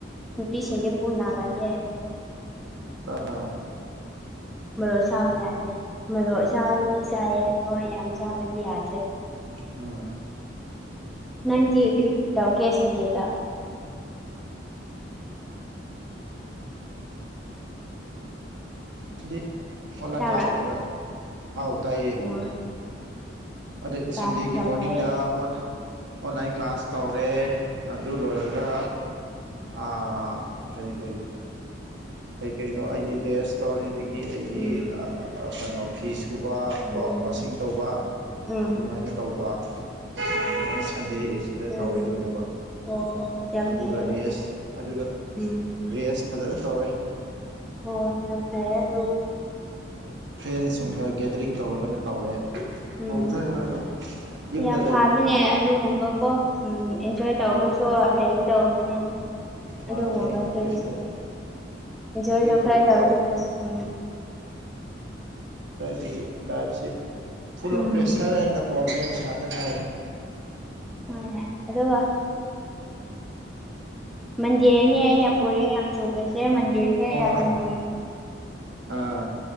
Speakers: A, in the centre; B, on the right (about 70°).
A: ꯅꯨꯄꯤꯁꯟꯦ ꯄꯨꯅꯥꯒꯒꯦ
B: ꯑꯥ
A: ꯃꯔꯣ ꯁꯥꯕ ꯌꯥꯗ꯭ꯔꯦ ꯃꯔꯣ ꯁꯥꯕꯗꯤ ꯆꯥꯏꯌꯦ ꯑꯗꯣ ꯍꯣꯏ ꯌꯥꯝ ꯆꯕꯗꯤ ꯌꯥꯗ꯭ꯔꯦ
B: ꯑ
A: ꯅꯟꯤ ꯀꯔꯤꯦꯠꯗ ꯑꯣ ꯀꯦ ꯆꯟꯗꯦꯗ
B: ꯗꯤ ꯑꯣꯟꯂꯥꯏꯟ
A: ꯇꯥꯕ꯭ꯔꯥ
B: ꯀ꯭ꯂꯥꯁ ꯍꯥꯎ ꯇꯥꯏꯌꯦ
A: ꯎꯝ
B: ꯑꯗꯩ
A: ꯇꯥ
B: ꯁꯟꯗꯦꯒꯤ
A: ꯌꯥꯝ
B: ꯃꯣꯔꯅꯤꯡꯗ
A: ꯐꯩꯌꯦ
B: ꯑꯣꯟ ꯑꯣꯟꯂꯥꯏꯟ ꯀ꯭ꯂꯥꯁ ꯇꯧꯔꯦ ꯑꯗꯨ ꯂꯣꯏꯔꯒ ꯑꯥ ꯈꯔꯤ ꯈꯔꯤ ꯑꯩ ꯀꯩꯅꯣ ꯑꯩꯒꯤ ꯔꯦꯁꯇꯣꯔꯦꯟ ꯑꯗꯒꯤ ꯑꯩꯒꯤ
A: ꯎꯝ
B: ꯀꯩꯅꯣ ꯐꯤꯁ ꯊꯨꯕ
A: ꯎꯝ
B: ꯀꯣ ꯋꯥꯁꯤꯡ ꯇꯧꯕ
A: ꯎꯝ
B: ꯑꯗꯨꯃꯥꯏꯅ ꯇꯧꯕ
A: ꯎꯝ
B: ꯑꯗꯨꯅ ꯁꯟꯗꯦꯁꯤꯗ
A: ꯎꯝ
B: ꯇꯧꯋꯦ ꯂꯣꯏꯅꯕ
A: ꯑꯣ ꯌꯥꯝ
B: ꯑꯗꯨꯒ
A: ꯐꯩꯌꯦꯅꯦ
B: ꯔꯦꯁ ꯑꯗꯨꯒ
A: ꯎꯝ
B: ꯔꯦꯁ ꯐꯖꯅ ꯇꯧꯔꯦ
A: ꯍ ꯑꯝ ꯐꯥꯏꯗ
B: ꯑ ꯐ꯭ꯔꯦꯟꯁ ꯁꯨꯝꯒ ꯒꯦꯗꯔꯤꯡ ꯇꯧꯔꯒꯅ ꯇꯧꯔꯦ
A: ꯎꯝ
B: ꯇꯧꯗ꯭ꯔꯒꯅ ꯑꯗꯨꯝ ꯌꯨꯝꯗ
A: ꯌꯥꯝ
B: ꯂꯩꯕ
A: ꯐꯥꯕꯅꯦ ꯑꯗꯨꯒꯨꯝꯕꯀꯣ ꯎꯝ ꯑꯦꯟꯖꯣꯏ ꯇꯧꯕꯁꯨ ꯁ ꯍꯩꯒꯗ ꯑꯗꯨꯅꯦ
B: ꯃꯥꯅꯦ
A: ꯑꯗꯨꯒꯨꯝꯕꯁꯨ
B: ꯑꯦꯟꯖꯣꯏꯁꯨ ꯌꯥꯎꯋꯦ
A: ꯖꯁꯨꯣ
B: ꯑꯦꯟꯖꯣꯏ ꯇꯧꯕꯁꯨ
A: ꯈꯔ ꯇꯥꯎꯗ ꯎ
B: ꯑꯗꯨꯏꯗꯒꯤ ꯂꯥꯏꯞꯁꯤ ꯐꯨꯜ
A: ꯎꯝ
B: ꯑꯣꯐ ꯄ꯭ꯔꯦꯁꯔ ꯍꯥꯏꯅ ꯄ꯭ꯔꯣꯒ꯭꯭ꯔꯂꯦꯝꯁꯅꯇ ꯍꯥꯏ
A: ꯃꯥꯅꯦ ꯑꯗꯣ ꯋꯥ ꯃꯟꯗꯤꯔꯅꯤ ꯑꯩꯅ ꯕꯣꯣꯔꯡ ꯌꯥꯝ ꯆꯣꯡꯉꯁꯦ ꯃꯟꯗꯤꯔꯁꯦ
B: ꯑꯣ
A: ꯌꯥꯝ ꯅꯨꯡꯉ
B: ꯑꯥ